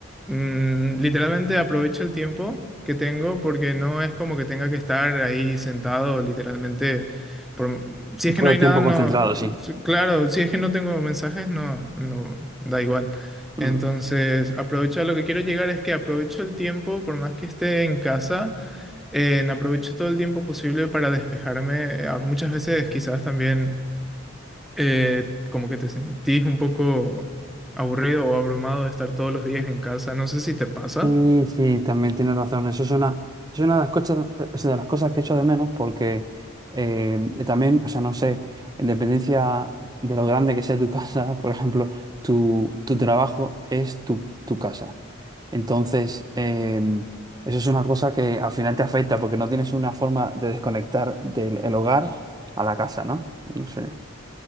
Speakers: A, in the centre; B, on the right (about 20°).
A: mm, literalmente aprovecho el tiempo que tengo porque no es como que tenga que estar ahí sentado literalmente por si es
B: Todo
A: que no
B: el
A: hay
B: tiempo
A: nada, no.
B: concentrado, sí.
A: s- Claro, si es que no tengo mensajes, no, no, da igual.
B: Mm.
A: Entonces, aprovecho, a lo que quiero llegar es que aprovecho el tiempo, por más que esté en casa, en aprovecho todo el tiempo posible para despejarme. eh, a- Muchas veces quizás también eh, como que te sentís un poco aburrido o abrumado de estar todos los días en casa. No sé si te pasa.
B: Sí, sí, también tienes razón. Eso es una, es una de las cosas, es de las cosas que echo de menos porque eh, también, o sea, no sé, en dependencia de lo grande que sea tu casa, <laughs> por ejemplo, tu, tu trabajo es tu, tu casa. Entonces, eh, eso es una cosa que al final te afecta porque no tienes una forma de desconectar del el hogar a la casa, ¿no? No sé.